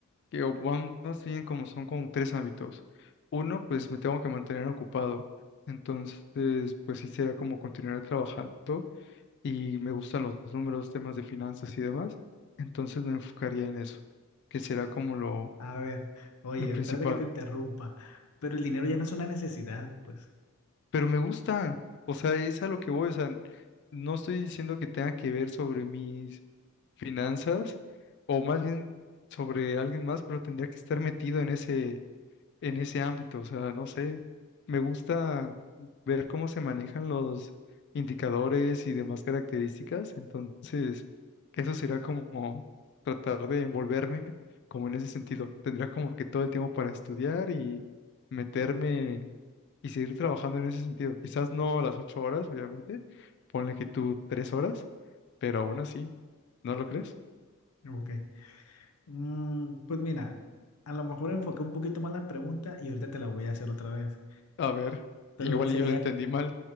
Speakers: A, on the left; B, on the left.
A: que o van más bien como son como tres hábitos. Uno, pues me tengo que mantener ocupado. Entonces, pues sí será como continuar trabajando y me gustan los números, temas de finanzas y demás. Entonces me enfocaría en eso, que será como lo,
B: A ver, oye,
A: lo principal.
B: espérate que te interrumpa, pero el dinero ya no es una necesidad, pues.
A: pero me gusta, o sea, es a lo que voy, o sea, no estoy diciendo que tenga que ver sobre mis finanzas o más bien sobre alguien más, pero tendría que estar metido en ese, en ese ámbito, o sea, no sé, me gusta ver cómo se manejan los indicadores y demás características, entonces eso será como tratar de envolverme como en ese sentido, tendría como que todo el tiempo para estudiar y meterme y seguir trabajando en ese sentido. Quizás no las ocho horas, obviamente, ponle que tú tres horas, pero aún así, ¿no lo crees?
B: Ok. Mm, pues mira, a lo mejor enfoqué un poquito más la pregunta y ahorita te la voy a hacer otra vez.
A: A ver,
B: Pero
A: igual
B: sería,
A: y yo lo entendí mal.